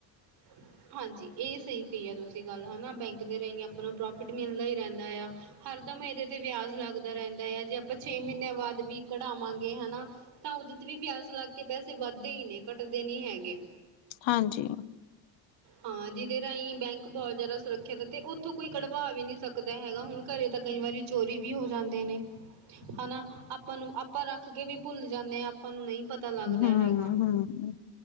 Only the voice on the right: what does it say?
<inaudible> ਹਾਂਜੀ, ਇਹ ਸਹੀ ਕਹੀ ਹੈ ਤੁਸੀਂ ਗੱਲ ਹਨਾ, ਬੈਂਕ ਦੇ ਰਾਹੀਂ ਆਪਾਂ ਨੂੰ ਪ੍ਰੋਫਿਟ ਮਿਲਦਾ ਹੀ ਰਹਿੰਦਾ ਆ। ਹਰਦਮ ਇਹਦੇ ਤੇ ਵਿਆਜ ਲੱਗਦਾ ਰਹਿੰਦਾ ਹੈ, ਜੇ ਆਪਾਂ ਛੇ ਮਹੀਨਿਆਂ ਬਾਅਦ ਵੀ ਕਢਾਵਾਂਗੇ ਹਨਾ ਤਾਂ ਉਹਦੇ ਤੇ ਵੀ ਵਿਆਜ ਲੱਗ ਕੇ ਪੈਸੇ ਵੱਧਦੇ ਹੀ ਨੇ, ਘੱਟਦੇ ਨੀ ਹੈਗੇ।
ਹਾਂ, ਜਿਹਦੇ ਰਾਹੀਂ ਬੈਂਕ ਬਹੁਤ ਜ਼ਿਆਦਾ ਸੁਰੱਖਿਅਤ ਹੈ, ਤੇ ਉੱਥੋਂ ਕੋਈ ਕਢਵਾ ਵੀ ਨਹੀਂ ਸਕਦਾ ਹੈਗਾ ਹੁਣ ਘਰੇ ਤਾਂ ਕਈ ਵਾਰੀ ਚੋਰੀ ਵੀ ਹੋ ਜਾਂਦੇ ਨੇ। ਹਨਾ, ਆਪਾਂ ਨੂੰ, ਆਪਾਂ ਰੱਖ ਕੇ ਵੀ ਭੁੱਲ ਜਾਂਦੇ ਆ, ਆਪਾਂ ਨੂੰ ਨਹੀਂ ਪਤਾ ਪਤਾ ਲੱਗਦਾ
ਹੈਗਾ।